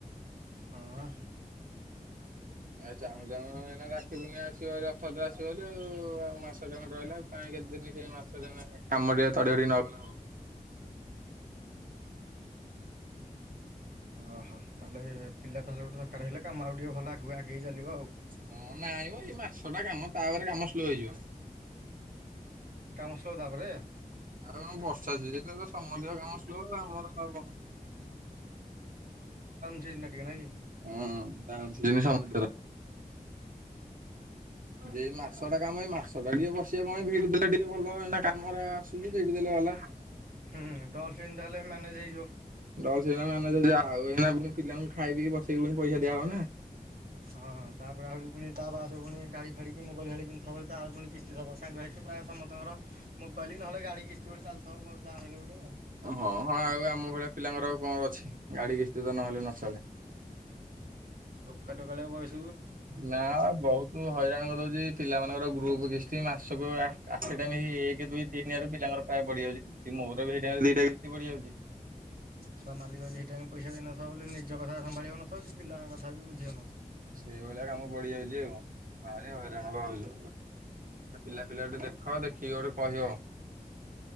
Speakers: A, on the right (about 85°); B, on the right (about 65°).
A: ହଁ।
B: ଏ ଚାହୁଁ ଚାହୁଁ ଏନା ରାକ୍ଷି ପୂର୍ଣ୍ଣିମା ଆସିବହେରି ରଥଯାତ୍ରା ଆସିବ ହେରି। ଉ ଆଉ ମାସ ଟେ ଖଣ୍ଡେ ରହିଲା କାଇଁ କେତେ ଦିନ ମାସ ଟେ କାମ ଟିକେ ତଡ଼ି ତଡ଼ି ନକଲେ ହବନି।
A: ଓହୋ ତାହେଲେ ପିଲା ତାହେଲେ ଗୋଟେ ଦରକାର ହେଲେ କାମ ଆଉ ଟିକେ ଭଲ ଆଗକୁ ଆଗେଇ ଚାଲିବ ଆଉ।
B: ହଁ ନାଇଁମ ଏଇ ମାସ ଟା କାମ ତାପରେ କାମ ସ୍ଲୋ ହେଇଯିବ।
A: କାମ ସରିଲା ତାପରେ
B: ଆଉ କଣ ବର୍ଷା ଅଛି ଯେ ତ ସମସ୍ତଙ୍କ କାମ ସ୍ଲୋ ଆଉ ମୋ କାମ କଣ?
A: ଧିର ଟିକେ ନାଇଙ୍କି?
B: ହଁ ଡାଉନ୍ ଥିବ ସମସ୍ତିଙ୍କର ହଉ। ଏଇ ମାସ ଟା କାମ ଏଇ ମାସ ଟା ଟିକେ ବସିବା ପାଇଁ ଭିଡି ଦେଲେ ଟିକେ ଭଲ ଏଇ କାମରା ଆସୁଛି ଭିଡି ଦେଲେ <unintelligible>
A: ହୁଁ ତହସିଲ୍ ତାହେଲେ ମ୍ୟାନେଜ ହେଇଯିବ।
B: ଡଲ ସେଟା ମ୍ୟାନେଜ ହେଇଯିବ ଆଉ ପୁଣି ପିଲାଙ୍କୁ ଖାଇ ପିଇକି ବସେଇକି ପୁଣି ପଇସା ଦିଆ ହବ ନା।
A: ହଁ ତାପରେ ଆହୁରି ପୁଣି ତାବା ପୁଣି ଗାଡି ଫାଡିକି ମୋବାଇଲ ଆଣିଥିବ ତାର ପୁଣି କିସ୍ତିଥବ ସାଙ୍ଗ ହେତୁ ପ୍ରାୟ ସମସ୍ତଙ୍କର ମୋବାଇଲ ନହଲେ ଗା ଗାଡି କିସ୍ତି ଗୋଟେ ଚାଲିଥବ ଯାହା ହେଲେ ଗୋଟେ ଆଉ।
B: ହଁ ହଁ ଆଉ ଆମ ଭଳିଆ ପିଲାଙ୍କର ଆଉ କଣ ଅଛି। ଗାଡି କିସ୍ଛି ତ ନହେଲେ ନଚଳେ
A: ଟୋକା ଟୋକାଳିଆ ବୟସ
B: ନା ବହୁତ ହଇରାଣ କରିଦଉଛି ପିଲାମାନଙ୍କର ଗ୍ରୁପ କିଷ୍ ସ୍ତି ମାସକୁ ଆଠଟା ନେଇ ଏକ ଦୁଇ ତିନି ଆଡୁ ପିଲାଙ୍କର ପ୍ରାୟ ବଢିଯାଉଛି ସେ ମୋର ବି ସେଇଟା ଦିଟା କିସ୍ତି ପଡ଼ି ଯାଉଛି।
A: ସେ ମାଲିକ ଯଦି ହେଇଟାଇମ୍ ପଇସା ଦେଇନଥିବ ବଲେ ନିଜ କଥା ସମ୍ଭାଳି ହୋଇନଥିବା ସେ ପିଲାଙ୍କ କଥା ବି ବୁଝି
B: ସେଇଭଳିଆ କାମ ପଡି ଯାଉଛି ଆଉ ଭାରି ହଇରାଣ ପା ହୋଉଛୁ। ପିଲା ପିଲା ଗୋଟେ ଦେଖ ଦେଖିକି ଗୋଟେ କହିବ।